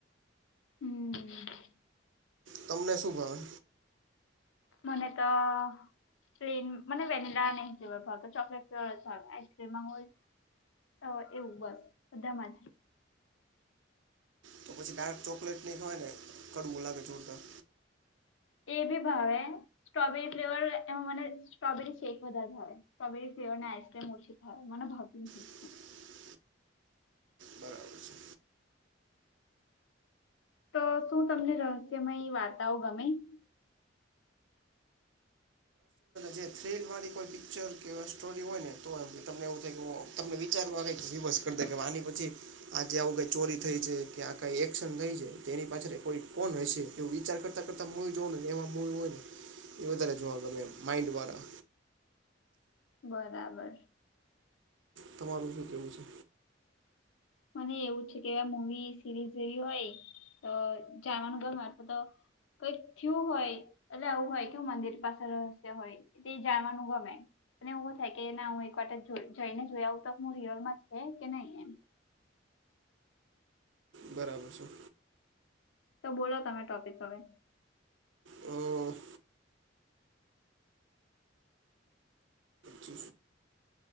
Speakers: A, on the left; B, on the right.
A: હમ્મ.
B: તમને શું ભાવે.
A: મને તો. પ્લેન મ વેનીલા નઇ ફ્લેવર ભાવતો ચોકલેટ ફ્લેવર જ ભાવે આઈસક્રીમમાં હોય. હવે એવું બસ બધામાં જ.
B: તો પછી ડાર્ક ચોકલેટ નહીં હોય ને કડવું લાગે જોરદાર.
A: એ બી ભાવે સ્ટ્રોબેરી ફ્લેવર એમાં મને સ્ટ્રોબેરી શેક વધારે ભાવે. સ્ટ્રબરી ફયો ને આઈસક્ર્રીમ ઓછીાય મને ભાવજ નું.
B: . બરાબર છે.
A: તો શું તમને રહસ્યમય વાર્તાઓ ગમ. ે
B: જે થ્રીલ વાળી કોઈ પિક્ચર કે સ્ટોરી હોય ને તો તમને એવું થઈું. તમને વિચારવું આે કે વિ બસ કર દે કે આની પછી. આજ આવું કઈ ચોરી થઈ છે કે આ કઈ એક્શન થઈ છે તે એની પાછળ કોઈ કોણ હ છે એવું વિચાર કરતા કરતા. વી જો નેને એમાં મુવી હોય ને એ વધારે જોવા ગમે માઈન્ડ વાળા.
A: બરાબર.
B: તમારું શું કેવું છે.
A: મને એવું છે કે મવી સિરીઝ જેવી હોય તો જવાનું ગ મા તો. કઈક થયું હોય એટલે આવું હોય કેવું મંદિર પાસે રહસ હોય. એ તે જયવાનુ ગમે. અને એવો થાય કે ના હું એક વા જઈને જોયા આવું તો હું રિયલમાં છે કે નહી એમ.
B: બરાબર છેો.
A: તો બોલો તમે ટોપિક હવે.
B: હ. તો.